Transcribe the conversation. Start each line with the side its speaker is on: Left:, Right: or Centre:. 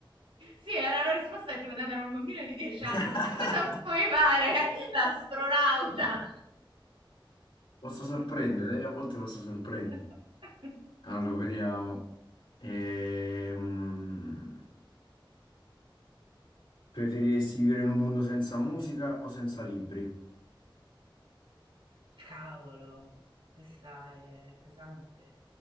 Right: Sì, era la risposta che ti poteva dare un bambino di 10
Left: <laughs>
Right: anni. Cosa vuoi fare? L'astronauta.
Left: Posso sorprendere, eh, a volte posso sorprendere.
Right: <laughs>
Left: Allora, vediamo. Ehm, Preferiresti vivere in un mondo senza musica o senza libri?
Right: Cavolo, questa è pesante,